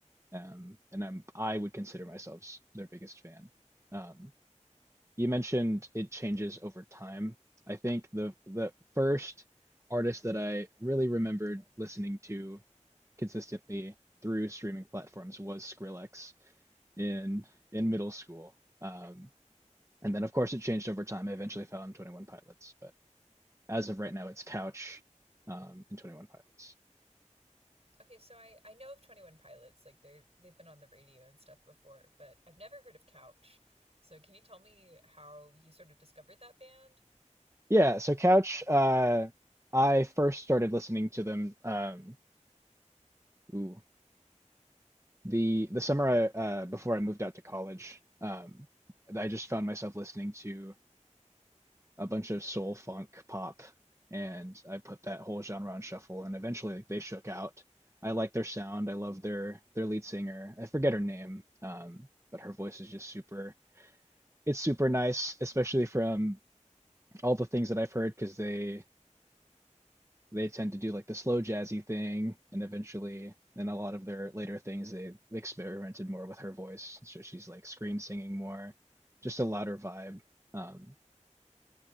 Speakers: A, on the right; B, on the right.
A: um, and I'm I would consider myself their biggest fan. Um, you mentioned it changes over time. I think the the first artist that I really remembered listening to consistently through streaming platforms was Skrillex in in middle school. Um, and then of course it changed over time. I eventually found 21 Pilots, but as of right now it's Couch um, in 21 Pilots.
B: Okay, so I I know of Twenty One Pilots, like they're they've been on the radio and stuff before, but I've never heard of Couch. So can you tell me how you sort of discovered that band?
A: Yeah, so Couch, uh, I first started listening to them um, ooh, the the summer I, uh, before I moved out to college. Um, I just found myself listening to a bunch of soul funk pop, and I put that whole genre on shuffle. And eventually, like they shook out. I like their sound. I love their their lead singer. I forget her name, um, but her voice is just super. It's super nice, especially from all the things that I've heard, because they they tend to do like the slow jazzy thing and eventually in a lot of their later things they experimented more with her voice so she's like scream singing more just a louder vibe um